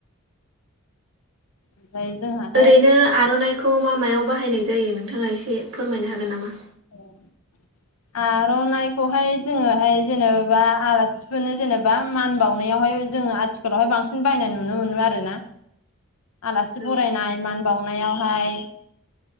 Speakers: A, on the left; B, on the right.
A: ओमफ्राय जोंहाहाय
B: ओरैनो आर'नाइखौ मा मायाव बाहायनाय जायो नोंथाङा एसे फोरमायनो हागोन नामा?
A: औ आर'नाइखौहाय जोङोहाय जेनेबा आलासिफोरनो जेनेबा मान बावनायावहाय जोङो आथिखालावहाय बांसिन बायनाय नुनो मोनो आरोना आलासि
B: औ उम
A: बरायनाय मान बावनायावहाय